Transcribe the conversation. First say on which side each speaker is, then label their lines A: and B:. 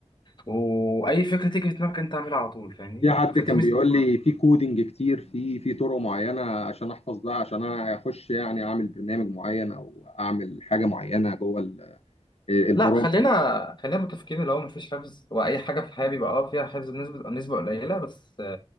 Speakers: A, on the left; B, on the left.
A: وأي فكرة تيجي في دماغك أنت اعملها على طول فاهمني
B: في حد
A: فدي
B: كان
A: ميزة
B: بيقول لي في كودينج كتير في في طرق معينه عشان احفظ ده عشان انا اخش يعني اعمل برنامج معين او اعمل حاجه معينه جوه ال- البرامج
A: لا خلينا خلينا متفقين اللي هو مفيش حفظ واي حاجه في الحياه بيبقى اه فيها حفظ بنسبه نسبه قليله بس